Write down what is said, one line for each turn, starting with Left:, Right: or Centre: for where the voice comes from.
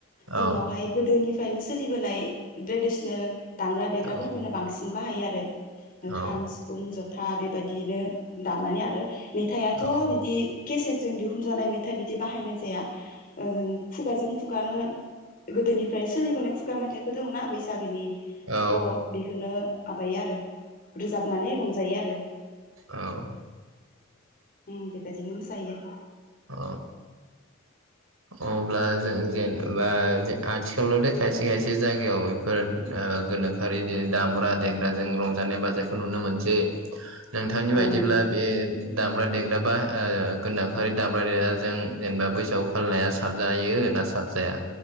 Left: जोंनावहाय
Right: औ
Left: गोदोनि बायनो सोलिबोनाय डेडिसनेल दामग्रा देग्राफोरखौनो
Right: औ
Left: बांसिन बाहायो हायो आरो
Right: औ
Left: खाम सिफुं जथ था बेबादिनो दामनानै आरो मेथाइआथ
Right: औ
Left: बिदि केसेटजों दिहुनजानाय मेथाइ बिदि बाहायनाय जाया। ओं खुगाजों खुगानो गोदोनिफ्राय सोलिबोनाय खुगा मेथाइफोर दङो ना बैसागोनि
Right: औ
Left: थ बेखोनो माबायो आरो रोजाबनानै रंजायो आरो
Right: औ
Left: <inaudible> उम बेबादिनो मोस जायो।
Right: अ अब्ला जों जेनेबा जे आथिखालाव दे खायसे खायसे जायगायाव बेफोर ओ गोनोखोआरि दे दामग्रा देग्रा जों रंजानाय बाजानायखो नुनो मोनसे नोंथांनि
Left: औ
Right: बायदिब्ला बे दाम्रा देग्रा बा ओ गोनाखोआरि दामग्रा देगाजों जेनेबा बैसा फालनाया साबजायो ना साबजाया